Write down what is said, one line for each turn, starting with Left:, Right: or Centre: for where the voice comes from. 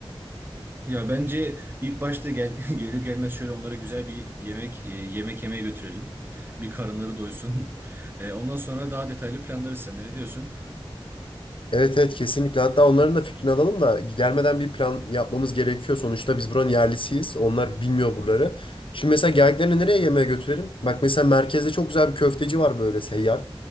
Right: Ya bence ilk başta gel <laughs> gelir gelmez şöyle onlara güzel bir yemek e, yemek yemeye götürelim. Bir karınları doysun. <laughs> E, ondan sonra daha detaylı planlarız seninle. Ne diyorsun?
Left: Evet evet kesinlikle. Hatta onların da fikrini alalım da gelmeden bir plan yapmamız gerekiyor. Sonuçta biz buranın yerlisiyiz. Onlar bilmiyor buraları. Şimdi mesela geldiklerini nereye yemeğe götürelim? Bak mesela merkezde çok güzel bir köfteci var böyle seyyar.